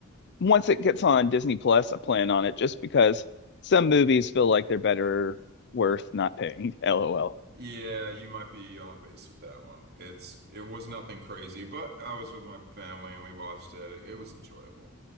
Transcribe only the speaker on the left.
once it gets on Disney Plus, I plan on it just because some movies feel like they're better worth not paying. <laughs> LOL.